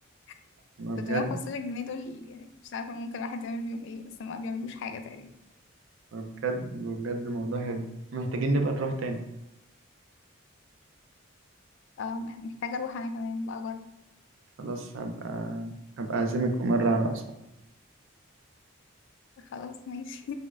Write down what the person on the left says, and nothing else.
<laughs>
315 جنيه دول يعني مش عارفة ممكن الواحد يعمل بيهم ايه بس ما بيعملوش حاجة تقريبا
اه محتاجة اروح انا كمان بقى اجرب
خلاص ماشي